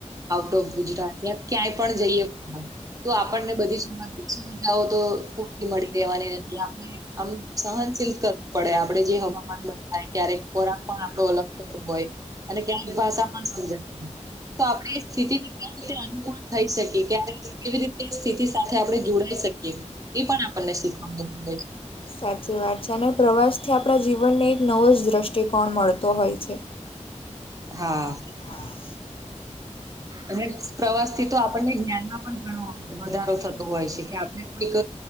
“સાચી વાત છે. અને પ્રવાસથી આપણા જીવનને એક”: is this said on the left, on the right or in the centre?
Left